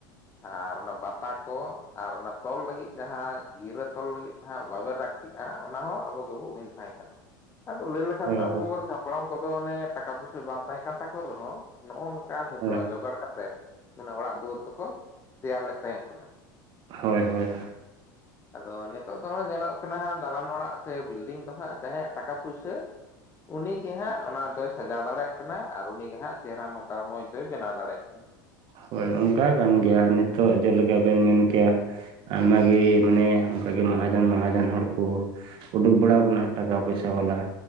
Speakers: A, on the left (about 25°); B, on the right (about 50°).
A: ᱟᱨ ᱚᱱᱟ ᱵᱟᱛᱟ ᱠᱚ ᱟᱨ ᱚᱱᱟ ᱛᱚᱞ ᱞᱟᱹᱜᱤᱫ ᱡᱟᱦᱟᱸ ᱜᱤᱨᱟᱹ ᱛᱚᱞ ᱞᱟᱹᱜᱤᱫ ᱵᱟᱵᱮᱨ ᱞᱟᱹᱠᱛᱤᱜᱟ ᱚᱱᱟ ᱦᱚᱸ ᱟᱵᱚ ᱜᱮᱵᱚ ᱛᱟᱦᱮᱸ ᱟᱫᱚ ᱞᱟᱹᱭ ᱞᱮᱠᱷᱟᱱ ᱞᱮᱠᱷᱟᱱ
B: ᱦᱳᱭ
A: ᱫᱚ ᱟᱵᱚ ᱦᱟᱯᱲᱟᱢ ᱠᱚᱫᱚ ᱚᱱᱮ ᱴᱟᱠᱟ ᱵᱟᱝ ᱛᱟᱦᱮᱸ ᱠᱟᱱ ᱨᱮᱦᱚᱸ ᱱᱚᱜᱚ ᱱᱚᱝᱠᱟ
B: ᱦᱳᱭ
A: ᱡᱷᱚᱛᱚᱣᱟᱜ ᱡᱚᱜᱟᱲ ᱠᱟᱛᱮᱫ ᱢᱟᱱᱮ ᱚᱲᱟᱜ ᱫᱩᱣᱟᱹᱨ ᱫᱚᱠᱚ ᱛᱮᱭᱟᱨ ᱞᱮᱫ ᱛᱟᱦᱮᱸ ᱠᱟᱱᱟ ᱾
B: ᱦᱳᱭ ᱦᱳᱭ᱾
A: ᱟᱫᱚ ᱱᱤᱛᱚᱜ ᱫᱚ ᱦᱟᱜ ᱧᱮᱞᱚᱜ ᱠᱟᱱᱟ ᱦᱟᱸᱜ ᱫᱟᱞᱟᱱ ᱚᱲᱟᱜ ᱥᱮ ᱵᱤᱞᱰᱤᱝ ᱫᱚ ᱦᱟᱸᱜ ᱡᱟᱦᱟᱸᱭᱟᱜ ᱴᱟᱠᱟ ᱯᱩᱭᱥᱟᱹ ᱩᱱᱤ ᱜᱮ ᱦᱟᱸᱜ ᱚᱱᱟ ᱫᱚᱭ ᱥᱟᱡᱟᱣ ᱫᱟᱲᱮᱭᱟᱜ ᱠᱟᱱᱟ ᱟᱨ ᱩᱱᱤᱜᱮ ᱦᱟᱸᱜ ᱪᱮᱦᱨᱟ ᱱᱚᱝᱠᱟ ᱢᱚᱡᱽ ᱫᱚᱭ ᱵᱮᱱᱟᱣ ᱫᱟᱲᱮᱭᱟᱜ ᱠᱟᱱᱟ ᱾
B: ᱦᱳᱭ ᱚᱱᱠᱟ ᱠᱟᱱ ᱜᱮᱭᱟ ᱱᱤᱛᱚᱜ ᱡᱮᱞᱮᱠᱟ ᱵᱮᱱ ᱢᱮᱱ ᱠᱮᱜ-ᱟ ᱾ ᱟᱭᱢᱟ ᱜᱮ ᱢᱟᱱᱮ ᱚᱱᱠᱟᱜᱮ ᱢᱚᱦᱟᱡᱚᱱ ᱢᱚᱦᱟᱡᱚᱱ ᱦᱚᱲ ᱠᱚ ᱩᱰᱩᱠ ᱵᱟᱲᱟᱣ ᱠᱟᱱᱟ ᱴᱟᱠᱟ ᱯᱚᱭᱥᱟ ᱵᱟᱞᱟ